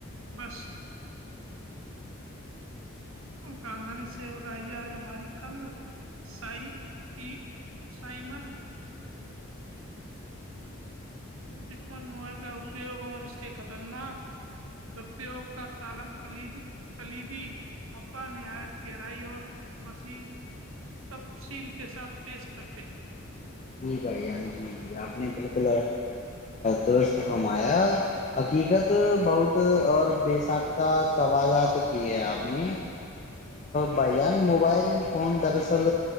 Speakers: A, on the right; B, on the left.
A: بس خاندانی سیوک آئیے آج ہماری کند سائی کی سائمن دق مت موبائل کا اپیوگ اور اس کے خطرناک درپیوگ کا تالم کلیی کلیدی ابا نہایت گہرائی اور بسی تفصیل کے ساتھ پیش کرتے ہیں
B: جی بھائی جان جی جی آپ نے بالکل درست فرمایا حقیقت بہت اور بے سختا توجات کی ہے آپ نے بھائی جان موبائل فون دراصل